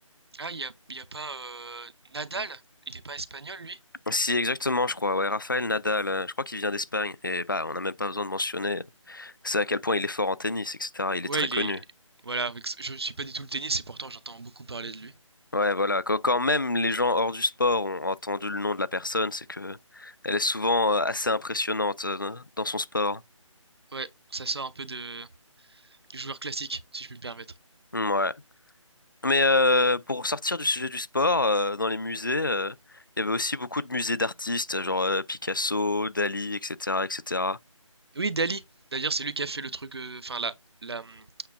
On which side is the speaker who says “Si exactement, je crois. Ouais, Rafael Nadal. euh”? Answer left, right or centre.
Left